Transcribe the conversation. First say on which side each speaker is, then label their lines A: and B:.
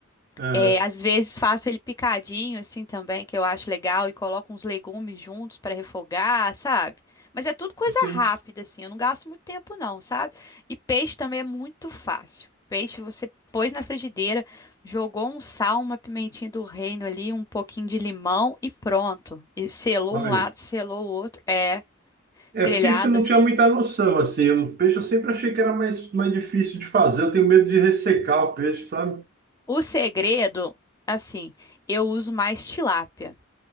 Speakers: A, on the right; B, on the left.
A: Aham.
B: É, às vezes faço ele picadinho assim também, que eu acho legal, e coloco uns legumes juntos para refogar, sabe? Mas é tudo coisa
A: Sim.
B: rápida assim, eu não gasto muito tempo não, sabe? E peixe também é muito fácil. Peixe você pôs na frigideira, jogou um sal, uma pimentinha do reino ali, um pouquinho de limão e pronto. E selou
A: Olha.
B: um lado, selou o outro, é
A: É,
B: grelhado
A: porque isso eu não
B: assim.
A: tinha muita noção, assim. Eu, no peixe eu sempre achei que era mais, mais difícil de fazer. Eu tenho medo de ressecar o peixe, sabe?
B: O segredo, assim, eu uso mais tilápia.